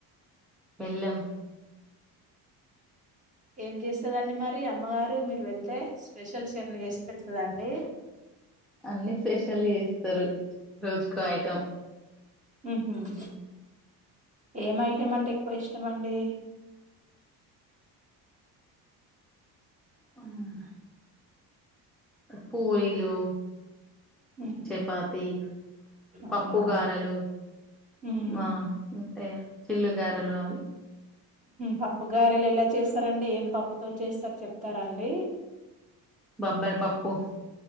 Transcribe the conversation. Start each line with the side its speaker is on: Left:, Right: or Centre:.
Centre: వెళ్ళాం
Right: ఏం చేస్తరండి మరి అమ్మగారు మీరు వెళ్తే స్పెషల్స్ ఏమైనా చేసి పెడతదా అండి
Centre: అన్ని స్పేషల్ చేస్తరు, రోజుకో ఐటం
Right: ఉహుం ఏం ఐటం అంటే ఎక్కువ ఇష్టం అండి.
Centre: అవునా పూరీలు
Right: ఉహు
Centre: చేపాతి, పప్పుగారేలు
Right: అవునా ఉమ్
Centre: మా అంటే చిల్లుగారెలు అవి
Right: పప్పుగారలు ఎలా చేస్తారండి. ఏం పప్పుతోనీ చేస్తారు. చెప్తారాఅండి.
Centre: బబ్బారపప్పు,